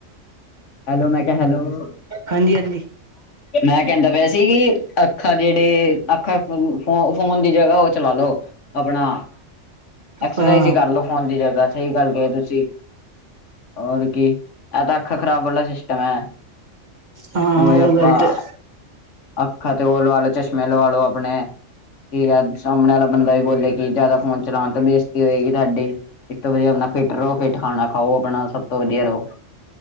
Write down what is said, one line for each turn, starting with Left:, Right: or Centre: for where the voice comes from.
Left: ਹੈਲੋ ਮੈਂ ਕਿਹਾ ਹੈਲੋ।
Right: ਹਾਂਜੀ ਹਾਂਜੀ
Left: ਮੈਂ ਕਹਿੰਦਾ ਪਿਆ ਸੀ ਕਿ ਅੱਖਾਂ ਜਿਹੜੇ। ਆਖਾ ਫੋ ਫੋਨ ਦੀ ਜਗ੍ਹਾ ਉਹ ਚਲਾ ਲੋ ਆਪਣਾ। ਐਕਸਰਸਾਈਜ਼
Right: ਹਾਂ
Left: ਹੀ ਕਰ ਲੋ ਫੋਨ ਦੀ ਜਗ੍ਹਾ, ਸਹੀ ਗੱਲ ਕਹੀਏ ਤੁਸੀਂ। ਹੋਰ ਕੀ, ਐਹ ਤਾਂ ਅੱਖਾ ਖ਼ਰਾਬ ਵਾਲਾ ਸਿਸਟਮ ਹੈ।
Right: ਹਾਂ
Left: ਹੋ ਅ
Right: ਉਹ
Left: ਆਪਾਂ
Right: ਗੱਲ
Left: <unintelligible>
Right: ਤੇ
Left: ਅੱਖਾਂ, ਤੇ ਉਹ ਲਵਾ ਲੋ ਚਸ਼ਮੇ ਲਵਾ ਲੋ ਆਪਣੇ। ਕੀ ਗੱਲ, ਸਾਹਮਣੇ ਵਾਲਾ ਬੰਦਾ ਵੀ ਬੋਲੇ ਕਿ ਜ਼ਿਆਦਾ ਫੋਨ ਚਲਾਉਣ ਤੋਂ ਬੇਜ਼ਤੀ ਹੋਏਗੀ ਤੁਹਾਡੀ। ਇਸ ਤੋਂ ਵਧੀਆ ਆਪਣਾ ਫਿਟ ਰਹੋ। ਫਿੱਟ ਖਾਣਾ ਖਾਓ। ਆਪਣਾ ਸਭ ਤੋਂ ਵਧੀਆ ਰਹੋ।